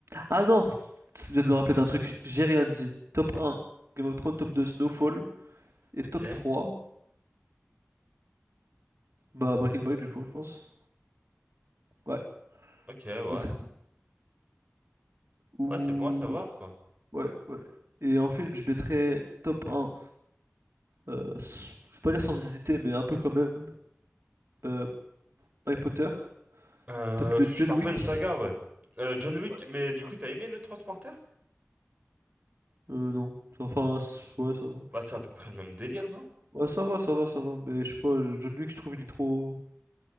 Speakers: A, on the right; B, on the right.
A: Ah non! Tu viens de me rappeler d'un truc, j'ai rien dit. Top un, Game of Thrones, top 2, Snowfall. Et
B: Ok.
A: top 3, bah Breaking Bad du coup, je pense. Ouais,
B: Ok, ouais.
A: je mettrais ça. Ou...
B: Ouais, c'est bon à savoir, quoi.
A: Ouais, ouais. Et en film, je mettrais top un, euh, s- je vais pas dire sans hésiter, mais un peu quand même, euh, Harry Potter.
B: Euh,
A: Top 2,
B: pff,
A: John
B: c'est un
A: Wick.
B: peu une saga, ouais. Euh, John Wick,
A: Ouais.
B: mais du coup, t'as aimé le Transporteur?
A: Euh, non. Enfin, s- ouais, ça va.
B: Bah, c'est à peu près le même délire, non?
A: Ouais, ça va, ça va, ça va. Mais je sais pas, John Wick, je trouve il est trop...